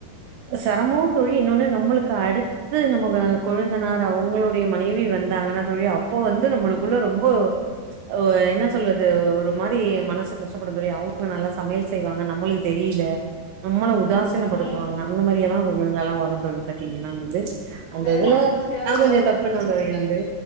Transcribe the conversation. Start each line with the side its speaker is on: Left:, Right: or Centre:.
Right: அ செரமோ தோழி இன்னொன்னு நம்மளுக்கு அடுத்து நம்ம ஆ கொழுந்தனார் அவங்களுடைய மனைவி வந்தாங்கன்னா தோழி அப்போ வந்து நம்மளுக்குள்ள ரொம்ப ஆ என்ன சொல்றது ஒரு மாரி மனசு கஷ்டப்படுந் தோழி அவங்க நல்லா சமையல் செய்வாங்க நம்மளுக்கு தெரியல நம்மள உ தாசினப்படுத்துவாங்க
Left: ம்
Right: அப்டி எல்லா ஒன்னொன்னல்லா வரு தோழி பிரச்சன எல்லா வந்து
Left: நல்ல
Right: அந்த
Left: வேல
Right: இதுல
Left: மாரி ஆளுங்க
Right: நா கொஞ்சோ
Left: இருக்காங்க
Right: தப்புன்னா தோழி வந்து